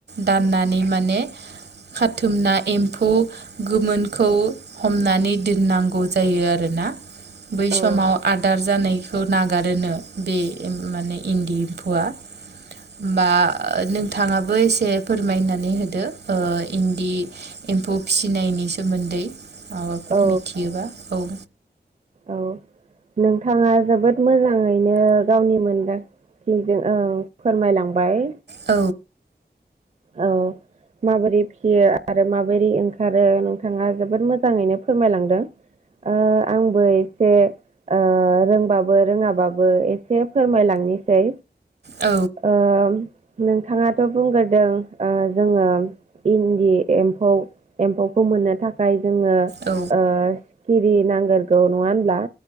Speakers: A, on the right; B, on the right.
A: दाननानै माने खाथुमना एम्फौ गोमोनखौ हमनानै दोननांगौ जायो आरोना। बै
B: औ
A: समाव आदार जानायखौ नागारोनो बे माने इन्दि एम्फौआ होमबा ओ नोंथाङाबो एसे फोरमायनानै होदो ओ इन्दि एम्फौ फिसिनायनि सोमोन्दै माबाफोर
B: औ
A: मिथियोबा औ
B: औ नोंथाङा जोबोद मोजाङैनो गावनि मोनदां थिजों ओं फोरमायलांबाय
A: औ
B: औ माबोरै फियो आरो माबोरै ओंखारो नोंथाङा जोबोद मोजाङैनो फोरमायलांदों। ओ आंबो एसे ओ रोंबाबो रोङाबाबो एसे फोरमायलांनोसै
A: औ
B: ओ नोंथाङाथ' बुंग्रोदों ओ जोङो इन्दि एम्फौ एम्फौखौ मोननो थाखाय जोङो ओ
A: औ
B: सिखिरि नांग्रोगौ नङा होनब्ला